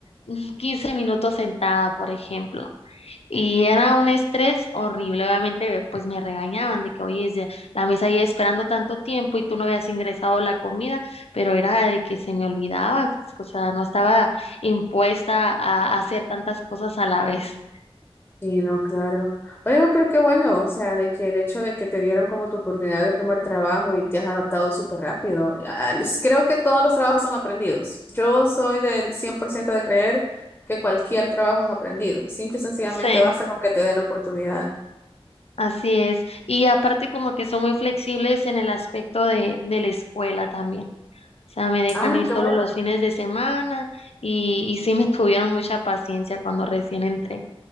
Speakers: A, on the left; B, on the left.
A: mm, 15 minutos sentada, por ejemplo. Y era un estrés horrible, obviamente, pues me regañaban de que, oye, ya- la mesa lleva esperando tanto tiempo y tú no habías ingresado la comida, pero era de que se me olvidaba, pues, o sea, no estaba impuesta a hacer tantas cosas a la vez.
B: Sí, no, claro. Oye, pero qué bueno, o sea, de que el hecho de que te dieron como tu oportunidad de primer trabajo y te has adaptado súper rápido. Ah, les- Creo que todos los trabajos son aprendidos. Yo soy del 100% de creer que cualquier trabajo es aprendido. Simple y sencillamente
A: Sí,
B: basta con que te den la oportunidad.
A: así es. Y aparte como que son muy flexibles en el aspecto de, de la escuela también. O sea, me dejan
B: Ah,
A: ir
B: qué
A: solo
B: bueno.
A: los fines de semana y, y sí me tuvieron mucha paciencia cuando recién entré.